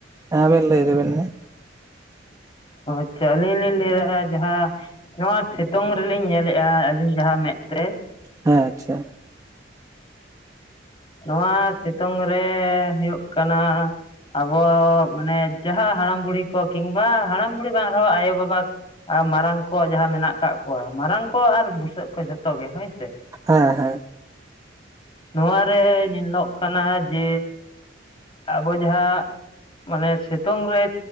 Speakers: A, on the right; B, on the left.
A: ᱟᱵᱤᱱ ᱞᱟᱹᱭ ᱵᱤᱱ ᱦᱮ
B: ᱟᱪᱪᱷᱟ ᱟᱹᱞᱤᱧ ᱞᱤᱧ ᱞᱟᱹᱭᱮᱫᱟ ᱡᱟᱦᱟᱸ ᱱᱚᱣᱟ ᱥᱤᱛᱩᱝ ᱨᱮᱞᱤᱧ ᱧᱮᱞ ᱮᱫᱼᱟ ᱟᱹᱞᱤᱧ ᱡᱟᱦᱟᱸ ᱢᱮᱫ ᱛᱨᱮ
A: ᱦᱮᱸ ᱟᱪᱪᱷᱟ
B: ᱱᱚᱣᱟ ᱥᱤᱛᱩᱝ ᱨᱮ ᱦᱩᱭᱩᱜ ᱠᱟᱱᱟ ᱟᱵᱚ ᱢᱟᱱᱮ ᱡᱟᱦᱟᱸ ᱦᱟᱲᱟᱢ ᱵᱩᱲᱦᱤ ᱠᱚ ᱠᱤᱱᱵᱟ ᱦᱟᱲᱟᱢ ᱵᱩᱲᱦᱤ ᱵᱟᱝ ᱨᱮᱦᱚᱸ ᱟᱭᱳᱼᱵᱟᱵᱟ ᱟᱨ ᱢᱟᱨᱟᱝ ᱠᱚ ᱡᱟᱦᱟᱸ ᱢᱮᱱᱟᱜ ᱠᱟᱜ ᱠᱚᱣᱟ ᱢᱟᱨᱟᱝ ᱠᱚ ᱟᱨ ᱵᱩᱥᱟᱹᱜ ᱠᱚ ᱡᱷᱚᱛᱚ ᱜᱮ ᱦᱳᱭ ᱥᱮ
A: ᱦᱮᱸ ᱦᱮᱸ
B: ᱱᱚᱣᱟᱨᱮ ᱧᱮᱞᱚᱜ ᱠᱟᱱᱟ ᱡᱮ ᱟᱵᱚ ᱡᱟᱦᱟᱸ ᱢᱟᱱᱮ ᱥᱤᱛᱩᱝ ᱨᱮ